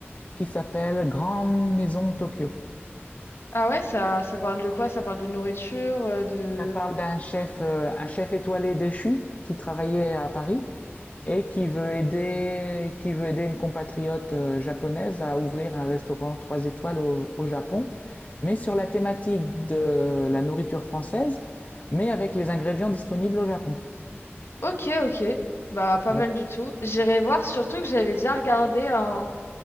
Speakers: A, on the left; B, on the left.
A: qui s'appelle Grande Maison Tokyo.
B: Ah ouais, ça, ça parle de quoi? Ça parle de nourriture, euh, de...
A: Ça parle d'un chef, euh, un chef étoilé déchu qui travaillait à Paris et qui veut aider, qui veut aider une compatriote euh, japonaise à ouvrir un restaurant trois étoiles au, au Japon, mais sur la thématique de la nourriture française, mais avec les ingrédients disponibles au Japon.
B: Ok, ok. Bah, pas
A: Donc,
B: mal du tout. J'irai voir, surtout que j'avais déjà regardé un-